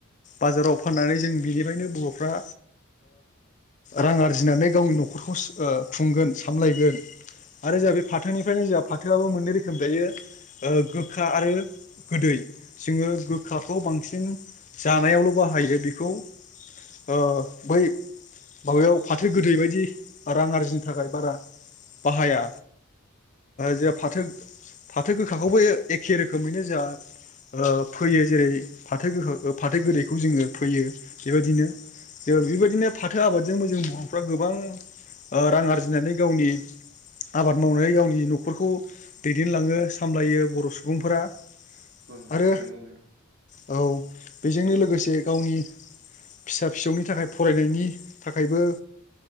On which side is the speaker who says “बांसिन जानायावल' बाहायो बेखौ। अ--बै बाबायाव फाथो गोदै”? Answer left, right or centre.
Left